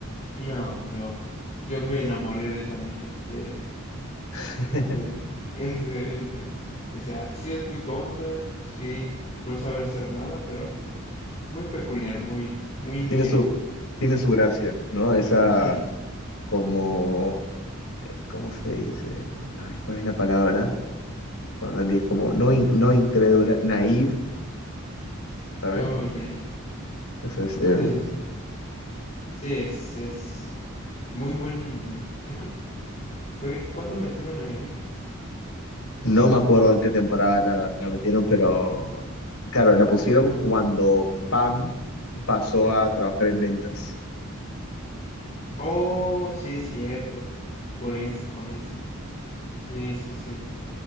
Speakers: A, on the left; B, on the left.
A: No, yo, yo me enamoré de esa niña, de Erin.
B: <laughs>
A: En serio, en serio, que decía, sí es muy tonta, sí no sabe hacer nada, pero muy peculiar, muy, muy ingenua.
B: Tiene su, tiene su gracia, ¿no? Esa
A: Sí,
B: como, ¿cómo se dice? Ay, ¿cuál es la palabra? Cuando él es como no, in- no incrédula, naive, ¿sabes?
A: oh, ya, ya.
B: Eso es Erin.
A: Sí, sí, sí. Sí, es, es muy buen. Creo que fue cuando metieron a Eren,
B: No
A: cuando.
B: me acuerdo en qué temporada la, la metieron, pero claro, la pusieron cuando Pam pasó a trabajar en ventas.
A: Oh, sí es cierto. Por eso, por eso. Sí, sí, sí.